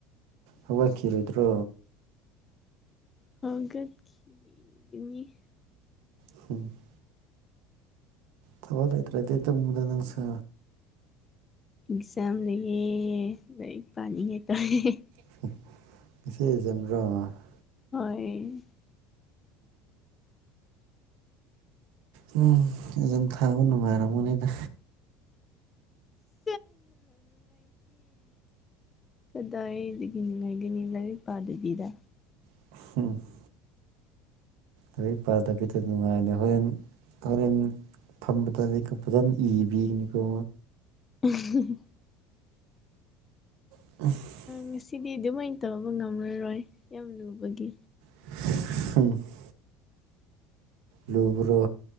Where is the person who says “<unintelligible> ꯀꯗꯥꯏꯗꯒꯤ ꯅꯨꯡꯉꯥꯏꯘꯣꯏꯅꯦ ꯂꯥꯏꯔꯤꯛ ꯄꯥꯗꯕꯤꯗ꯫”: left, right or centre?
Left